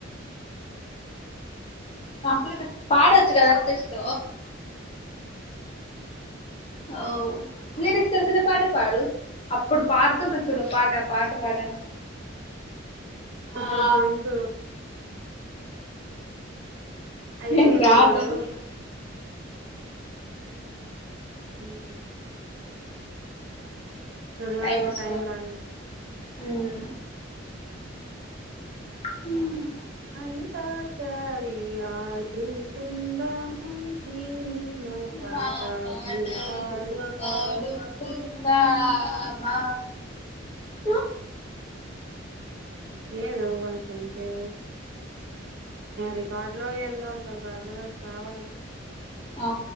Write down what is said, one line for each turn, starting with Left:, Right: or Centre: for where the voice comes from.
Left: కంప్లీట్ పాడొచ్చు కదా అట్లీస్ట్ అఓ లిరిక్స్ తెల్సిన పాట పాడు అప్పుడు పాడుతుండ చూడ పాట పాట పాడను
Right: ఇప్పుడు
Left: ఆ
Right: గొంతు అయిపోయింది
Left: ఉం రాట్లేదా
Right: ఇప్పుడు ఉమ్ ప్రతిదానికి
Left: టైం వచ్చ
Right: రాని
Left: ఉమ్ హమ్
Right: అంతా క్షారి ఆడు కుందాం సినిమా పాటలు
Left: మా పాటలు
Right: పాడుకున్నామ
Left: పాడుకుందామా తు
Right: లేదు వార్క్ కుంటేే రికార్డు లో ఏందో అసలు రాజరాస్ చావ
Left: ఆ